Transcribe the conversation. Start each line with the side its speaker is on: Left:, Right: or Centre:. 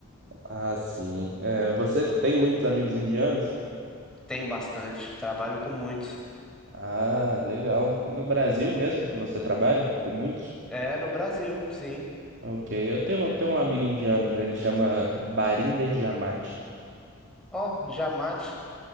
Right: Ah, sim. É, você tem muitos amigos indianos?
Centre: Tem bastante, trabalho com muitos.
Right: Ah, legal. No Brasil mesmo que você trabalha? Com muitos?
Centre: É, no Brasil, sim.
Right: Ok, eu tenho, eu tenho um amigo indiano, ele chama Barinder Jamate.
Centre: Ó, Jamate,